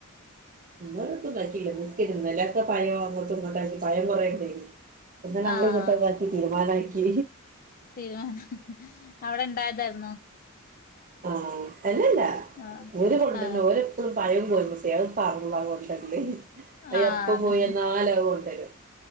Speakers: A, on the right (about 40°); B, on the left (about 45°).
A: ഇങ്ങ ഉണ്ടാക്കിില്ല നിനക്ക് ഇരുന്നലൊക്കെ പയം അങ്ങോട്ടും ഇങ്ങോട്ടാക്കി പയം കുറേണ്ടാഏന് <unintelligible> ഇന്നലങ്ങളിങ്ങോട്ടക്കാക്കി
B: ആഹ്
A: തിരുമാനാക്കി
B: തിരുമാനം അവിടെണ്ടായതായിരുന്നൊ
A: ആ അല്ലല്ല
B: ആഹ്
A: ഒര് കൊണ്ട്‌ര്ണം
B: ആഹ്
A: ഓലെപ്പോഴും പയത് പോലെ ബിസിയാണ് താർുള്ളകോ ലല <unintelligible> അയപ്പ
B: ആഹ് അതെ
A: പോയന്നാലും അത് കൊണ്ടരും